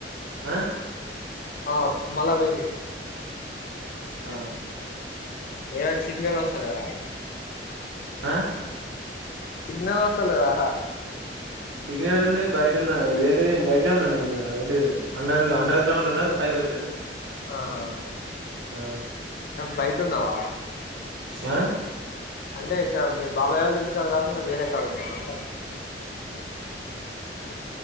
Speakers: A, on the right (about 85°); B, on the left (about 55°).
A: ఆ
B: ఆ మళ్ళ పోయేది
A: ఆ
B: ఎం సిగ్నల్ వస్తలేదా
A: ఆ
B: సిగ్నల్ వట్టలేదా రా
A: సిగ్నల్ ఉంది బయట ఉన్నదేంటిది బయటనే ఉన్నా నేనుంటి అండర్ అండర్ గ్రౌండ్ ఉ పై వచ్చిన
B: ఆహా
A: ఆ
B: బయతుంన్నవ
A: ఆ
B: అంటే ఇక మీ బాబాయ్ వాళ్ళు ఇంటికాడ కాకుండా వేరేక్కడ ఉన్నాం అంటారు